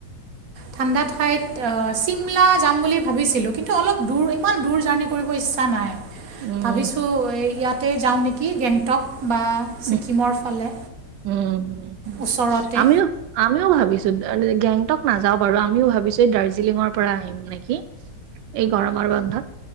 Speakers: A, on the right; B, on the right.
A: ঠাণ্ডা ঠাইত অ', চিমলা যাম বুলি ভাবিছিলো কিন্তু অলপ দূৰ ইমান দূৰ জাৰ্ণি কৰিব ইচ্ছা নাই।
B: উম,
A: ভাবিছোঁ ইয়াতে যাওঁ নেকি গেংটক বা ছিকিমৰ
B: উম,
A: ফালে।
B: উম, হুম
A: ওচৰতে
B: আমিও আমিও ভাবিছো গেংটক নাযাওঁ বাৰু আমিও ভাবিছো এই দাৰ্জিলিঙৰ পৰা আহিম নেকি এই গৰমৰ বন্ধত